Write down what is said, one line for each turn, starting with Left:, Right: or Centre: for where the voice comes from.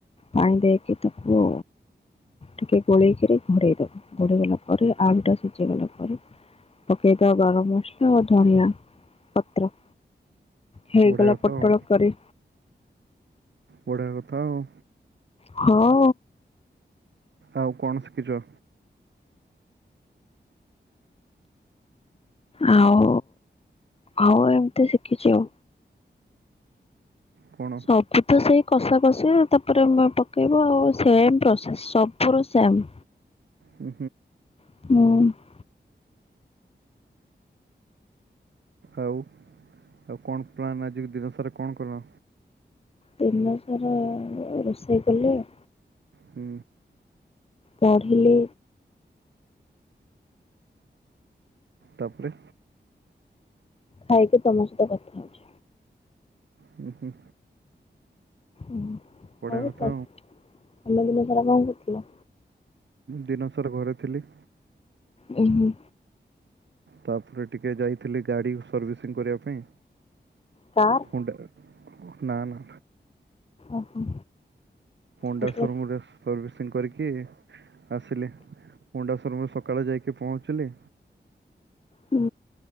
Left: ପାଣି ଦେଇକି ତାକୁ ଟିକେ ଗୋଳେଇକିରି ଘୋଡେଇ ଦବ ଘୋଡେଇ ଦେଲା ପରେ ଆଳୁଟା ସିଝେଇ ଗଲା ପରେ ପକେଇଦବ ଗରମ ମସଲ ଆଉ ଧଣିଆ ପତ୍ର। ହେଇଗଲା
Right: ବଢିଆ କଥା
Left: ପୋଟଳ
Right: ଆଉ।
Left: କରି।
Right: ବଢିଆ କଥା ଆଉ
Left: ହଁ।
Right: ଆଉ କଣ ଶିଖିଛ?
Left: ଆଉ ଆଉ ଏମିତି ଶିଖିଛି ଆଉ
Right: କଣ
Left: ସବୁ ତ ସେଇ କଷା କଷି ତାପରେେ ପକେଇବ ଆଉ ସେମ ପ୍ରସେସ ସବୁର ସେମ
Right: ହୁଁ
Left: ମୁଁ
Right: ଆଉ ଆଉ କଣ ପ୍ଲାନ ଆଜି ଦିନ ସାରା କଣ କଲ?
Left: ଦିନ ସାରା ରୋଷେଇ କଲି ଆଉ
Right: ହୁଁ।
Left: ପଢ଼ିଲି।
Right: ତାପରେ
Left: ଖାଇକି ତମ ସହିତ କଥା ହଉଛି।
Right: ହୁଁ ହୁଁ।
Left: ଓ
Right: ବଢ଼ିଆ
Left: ଆଉ
Right: କଥା
Left: ତ ତମେ ଦିନ ସାରା କଣ କରୁଥିଲ?
Right: ଦିନସାରା ଘରେ ଥିଲି।
Left: ହୁଁ।
Right: ତାପରେ ଟିକେ ଯାଇଥିଲି ଗାଡି ସର୍ଭିସିଂ କରିବା ପାଇଁ
Left: କାର୍
Right: ହୋଣ୍ଡା ନା ନା।
Left: ଓହୋ।
Right: ସୋ
Left: ଏଇଠୁ
Right: ରୁମରୁ ସର୍ଭିସିଂ କରିକି ଆସିଲି। ହୋଣ୍ଡା ସୋ ରୁମରେ ସକାଳେ ଯାଇକି ପହଞ୍ଚିଲି।
Left: ହୁଁ।